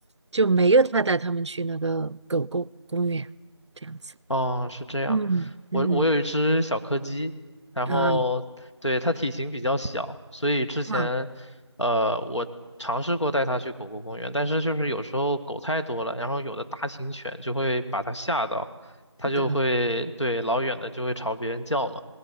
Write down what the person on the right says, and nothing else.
就没有太带它们去那个狗狗公园这样子。
嗯嗯
啊
啊，
是的，